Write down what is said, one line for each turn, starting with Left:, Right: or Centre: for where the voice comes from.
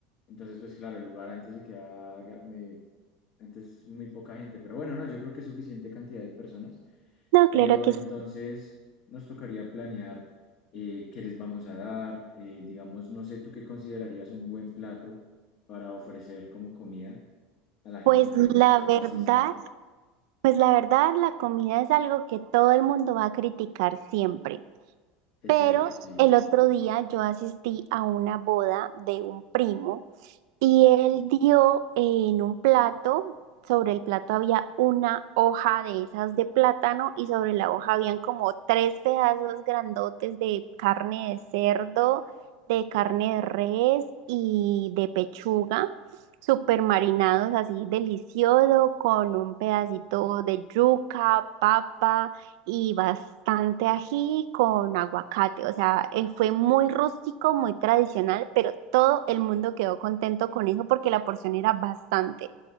Left: Entonces, pues claro, el lugar antes se queda, ga- me- antes muy poca gente, pero bueno, no, yo creo que es suficiente cantidad de personas.
Right: No,
Left: Pero
Right: claro que
Left: entonces
Right: sí.
Left: nos tocaría planear eh, qué les vamos a dar. eh, digamos, no sé, ¿tú qué considerarías un buen plato para ofrecer como comida a la gente
Right: Pues
Left: que
Right: la
Left: pues
Right: verdad,
Left: asista?
Right: pues la verdad, la comida es algo que todo el mundo va a criticar siempre.
Left: Es
Right: Pero
Left: cierto, sí.
Right: el otro día yo asistí a una boda de un primo Y él dio en un plato, sobre el plato había una hoja de esas de plátano y sobre la hoja habían como tres pedazos grandotes de carne de cerdo, de carne de res y de pechuga, super marinados así delicioso, con un pedacito de yuca, papa y bastante ají con aguacate. O sea, eh, fue muy rústico, muy tradicional, pero todo el mundo quedó contento con eso porque la porción era bastante.